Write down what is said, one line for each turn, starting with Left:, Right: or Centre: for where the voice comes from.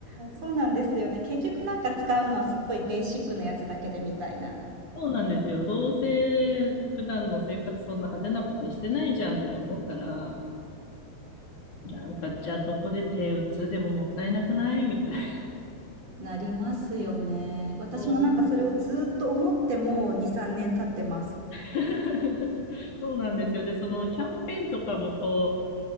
Right: う。そうなんですよね。結局なんか使うのはすっごいベーシックなやつだけでみたいな。
Left: そうなんですよ。どうせ普段の生活そんな派手なことしてないじゃんって思ったら、なんかじゃあどこで手打つでももったいなくないみたいな。
Right: なりますよね。私もなんかそれをずっと思ってもう2、
Left: そう
Right: 3年経ってます。
Left: <laughs> そうなんですよ。で、そのキャンペーンとかもこう、